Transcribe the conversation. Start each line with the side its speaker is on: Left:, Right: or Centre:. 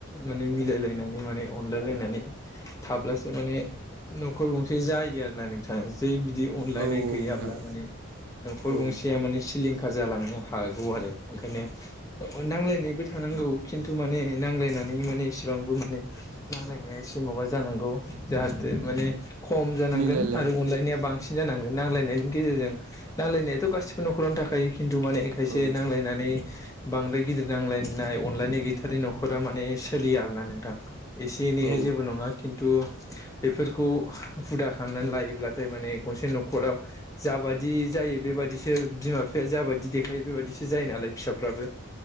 Left: माने मिलायलायनानै माने अनलाय लायनानै थाब्लासो माने न'खर गंसे जायो आरो ना नोंथां जै बिदि अनलायनाय
Right: औ
Left: गैयाब्ला
Right: नोंथां
Left: माने न'खर
Right: औ
Left: गंसेया माने सिलिं खार जालांनो हागौ आरो ओंखायनो औ नांज्लायनायबो थानांगौ खिन्थु माने नांलायनानै माने इसेबांबो माने नांजलायनाया एसे माबा जानांगौ जाहाथे बे माने खम जानांगोन
Right: मिलायलायनो
Left: आरो अनलायनाया बांसिन साबसिन जानांगोन नांलायनायनि गेजेरजों नांलायनायाथ' गासिबो न'खरावनो थाखायो खिन्थु माने खायसे
Right: औ
Left: नांलायनानै बांद्राय गिदिर नांलायनाय अनलायनाय गैथारै न'खरा माने सोलिया आरो ना नोंथां एसे एनैआ
Right: औ
Left: जेबो नङा खिन्थु बेफोरखौ हुदा खालामनानै लायो ब्लाथाय माने गसे न'खराव जाबादि जायो बेबादिसो बिमा बिफाया जाबादि देखायो बेबायदिसो जायो नालाय फिसाफ्राबो